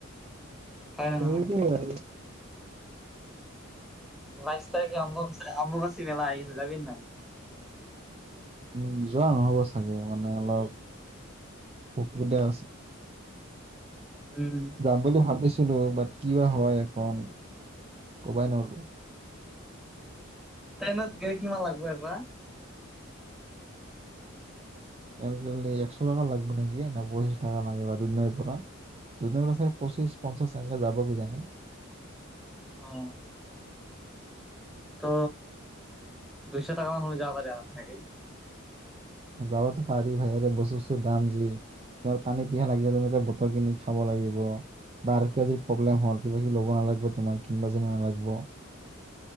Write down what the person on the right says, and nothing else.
এতি <unintelligible>
উম যোৱা নহ'ব চাগে মানে অলপ অসুবিধা আছে।
যাম বুলি ভাবিছিলো মান কিবা হয় এখন কবাই নৰো
ট্ৰেইনত দি একশ টকা লাগিব নেকি ন পঁচিছ টকা লাগে বা দুদনাইৰ পৰা দুদৈৰ পৰা চাগে পঁচিশ পঞ্চাশ এনেকে যাব কি জানে।
যাবতো পাৰি ভাইৰে বস্তু ছচটু দাম যি তাৰ পানী পিহা লাগিলে তুমি এ বতল কিনি খাব লাগিব, বা কিবা প্ৰব্লেম হল কিবা কিবি ল'ব লাগিব, তোমাৰ কিনিবা চিনিব লাগিব